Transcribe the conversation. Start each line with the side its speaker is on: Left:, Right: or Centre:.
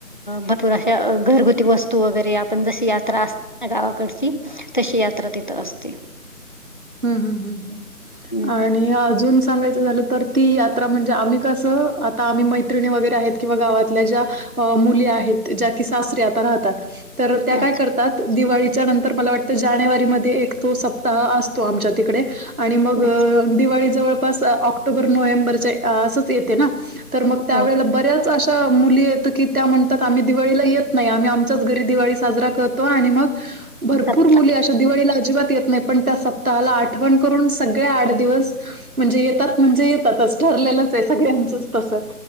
Left: भरपूर अशा घरगुती वस्तू वगैरे आपण जशी यात्रा अस गावाकडची तशी यात्रा तिथं असते.
Right: हम्, हम्म, ह्
Left: हं.
Right: आणि अजून सांगायचं झालं तर ती यात्रा म्हणजे आम्ही कसं, आता आम्ही मैत्रिणी वगैरे आहेत किंवा गावातल्या ज्या अ, मुली आहेत. ज्या कि सासरी आता राहतात. तर त्या काय
Left: अच्छा,
Right: करतात. दिवाळीच्या नंतर मला वाटतं जानेवारीमध्ये एक तो सप्ताह अस तो, आमच्या तिकडे आणि मग
Left: अच्छा.
Right: दिवाळी जवळपास तर ऑक्टोबर नोव्हेंबरचे असंच येते ना, तर मग त्यावेळेला
Left: हो.
Right: बऱ्याच अशा मुली येत की त्या म्हणतात आम्ही दिवाळीला येत नाही आम्ही आमच्याच घरी दिवाळी साजरा करतो आणि मग भरपूर
Left: सप्ताह.
Right: मुली अशा दिवाळीला अजिबात येत नाही पण त्या सप्ताहाला आठवण करून सगळे आठ दिवस म्हणजे येतात म्हणजे येतातच ठरलेलंच आहे सगळ्यांचंच तसं.